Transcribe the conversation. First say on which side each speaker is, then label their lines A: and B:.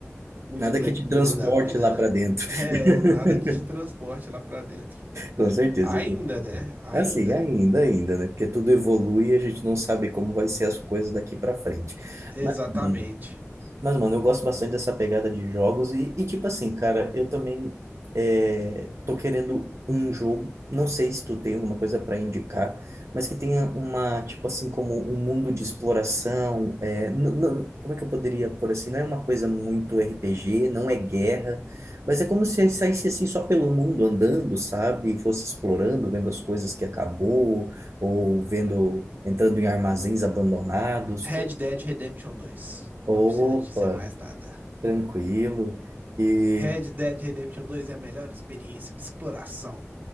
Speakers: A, on the right; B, on the right.
A: muito
B: Nada
A: Black
B: que te
A: Mirror
B: transporte
A: da vida.
B: lá
A: <laughs>
B: para dentro.
A: É,
B: <laughs>
A: nada que te transporte lá pra dentro.
B: Com certeza.
A: Ainda, né? Ainda.
B: Assim, ainda, ainda, né? Porque tudo evolui e a gente não sabe como vai ser as coisas daqui para frente.
A: Exatamente.
B: Mas hum, Mas, mano, eu gosto bastante dessa pegada de jogos e, e tipo assim, cara, eu também é, tô querendo um jogo, não sei se tu tem alguma coisa para indicar, mas que tenha uma, tipo assim, como um mundo de exploração, é, n- n- como é que eu poderia pôr assim, não é uma coisa muito RPG, não é guerra, mas é como se eu saísse assim só pelo mundo andando, sabe? E Fosse explorando, vendo as coisas que acabou, ou vendo, entrando em armazéns abandonados,
A: Red
B: coisas.
A: Dead Redemption dois.
B: Opa!
A: Não preciso dizer mais nada.
B: tranquilo. E,
A: Red Dead Redemption 2 é a melhor experiência de exploração